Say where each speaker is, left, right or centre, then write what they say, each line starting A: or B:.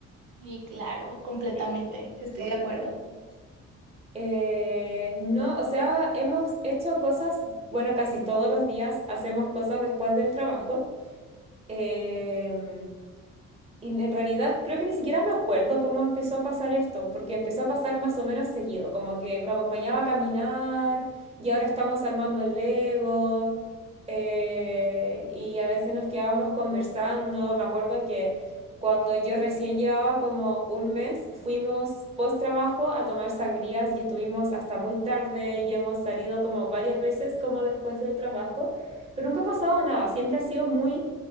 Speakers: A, on the right; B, on the right.
A: Y claro, completamente,
B: Sí,
A: estoy
B: completamente.
A: de acuerdo.
B: Eh, no, o sea, hemos hecho cosas, bueno, casi todos los días hacemos cosas después del trabajo. Em, Y en realidad creo que ni siquiera me acuerdo cómo empezó a pasar esto, porque empezó a pasar más o menos seguido, como que me acompañaba a caminar y ahora estamos armando el Lego eh, y a veces nos quedábamos conversando. Me acuerdo que cuando yo recién llevaba como un mes, fuimos post trabajo a tomar sangrías y estuvimos hasta muy tarde y hemos salido como varias veces como después del trabajo, pero nunca ha pasado nada, siempre ha sido muy